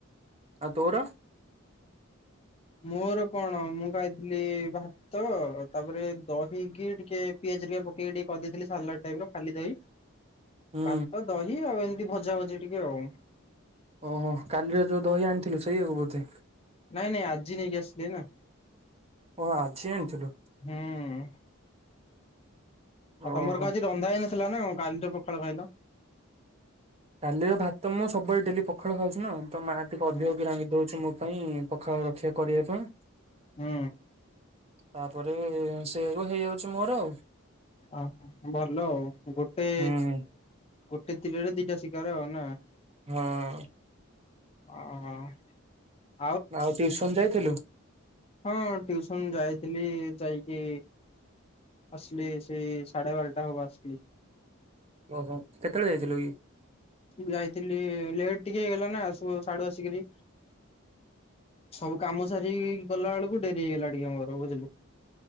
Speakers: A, on the right; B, on the left.
A: ଆଉ ତୋର?
B: ମୋର କଣ ମୁଁ ଖାଇଥିଲି ଭାତ ତାପରେ ଦହିକି ଟିକେ ପିଆ ପକି ଟିକେ କରେଦେଥିଲି ସାଲଟ୍ ଟାଇପ ର ଖାଲି ଦହି।
A: ହୁଁ
B: ଭାତ ଦହି ଆଉ ଏମିତି ଭଜା ଭଜି ଟିକେ ଆଉ।
A: ଓହୋ କାଲିରେ ଯୋଉ ଦହି ଆଣିଥିଲୁ ସେଇଆକୁ ବୋଧେ।
B: ନାଇଁ ନାଇଁ ଆଜି ନେଇ ଆସିଲି ନା।
A: ଓ ଆଜି ଆଣିଥିଲୁ।
B: ହୁଁ। ଆଉ ତମର
A: ଓହୋ।
B: ଗାଁ ଯ ରନ୍ଧା ହେଇନଥିଲା ନା କାଲିରେ ପଖାଳ ଖାଇଲ?
A: କାଲିର ଭାତ ମୁଁ ସବୁବେଳେ ଡେଲି ପଖାଳ ଖାଉଛି ନା ତ ମାଆ ଟିକେ
B: ହୁଁ
A: ଅଧିକକ ରାନ୍ଧି ଦଉଛି ମୁଁ ପାଇଁ ପଖାଳ ରକ୍ଷା କରିବା ପାଇଁ।
B: ହୁଁ।
A: ତାପରେ ସେ କ ହେଇଯାଉଛି ମୋର ଆଉ।
B: ଓ ଭଲ ଆଉ ଗୋଟେ
A: ହୁଁ
B: ଗୋଟେ ତିରରେ ଦିଟା ଶିକାର ଆଉ ନା।
A: ହଁ।
B: ଓ ହୋ।
A: ଆଉ ଟିଉସନ ଯାଇଥିଲୁ?
B: ହଁ ଟିୟୁସନ ଯାଇଥିଲି ଯାଇକି ଆସଲି ସେଇ ସା଼ଢେ ବାରଟା ହବ ଆସିଲି।
A: ଓହୋ କେତେବେଳେ ଯାଇଥିଲୁ କି?
B: ଯାଇଥିଲି ଲେଟ ଟିକେ ହେଇଗଲା ନା ସବୁ ଶାଢୁ ଆସିକରି ସବୁ କାମ ସାରିକି ଗଲା ବେଳକୁ ଡେରି ହେଇଗଲା ଟିକେ ଆମର ବୁଝିଲୁ।